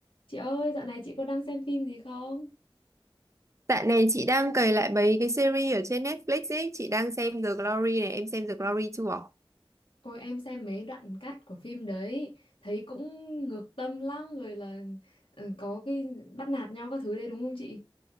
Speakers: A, on the left; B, on the right.
A: Chị ơi, dạo này chị có đang xem phim gì không?
B: Dạo này chị đang cày lại mấy cái series ở trên Netflix ấy, chị đang xem The Glory này, em xem The Glory chưa?
A: Ôi em xem mấy đoạn cắt của phim đấy, thấy cũng ngược tâm lắm rồi là ờ, có cái bắt nạt nhau các thứ đấy đúng không chị?